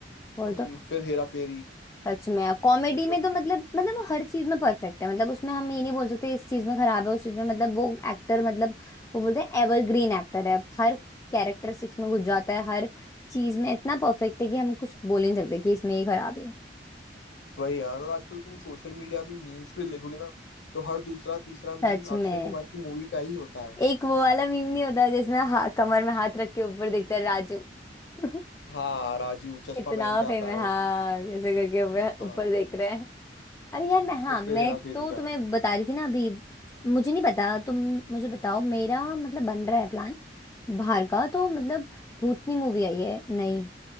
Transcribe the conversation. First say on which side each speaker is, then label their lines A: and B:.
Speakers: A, on the left; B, on the left.
A: वो
B: वही
A: तो
B: फिर हेरा फेरी
A: सच
B: <laughs>
A: में कॉमेडी
B: और-
A: में तो मतलब मतलब वो हर चीज में परफेक्ट है मतलब उसमें हम ये नहीं बोल सकते इस चीज में खराब है उस चीज में मतलब वो एक्टर मतलब वो बोलते हैं एवरग्रीन एक्टर है हर कैरेक्टरिस्टिक्स में घुस जाता है हर चीज में इतना परफेक्ट है कि हम कुछ बोल ही नहीं सकते कि इसमें ये खराब है
B: वही यार और आजकल तुम सोशल मीडिया पे मीम्स भी देखोगे ना तो हर दूसरा तीसरा मीम
A: सच में
B: अक्षय कुमार की मूवी का ही होता है
A: एक वो वाला मीम नहीं होता जिसमें हा, कमर में हाथ रख के ऊपर देखता है राजू <laughs>
B: हाँ राजू चश्मा
A: कितना
B: पहन के
A: फेम
B: आता
A: है
B: है वो
A: हाँ ऐसे करके ऊपर
B: हाँ
A: ऊपर देख रहे हैं अरे यार मैं हाँ
B: और फिर
A: मैं
B: हेरा फेरी
A: तो
B: का
A: तुम्हें
B: है
A: बता रही थी ना अभी मुझे नहीं पता तुम मुझे बताओ मेरा मतलब बन रहा है प्लान बाहर का तो मतलब भूतनी मूवी आई है नहीं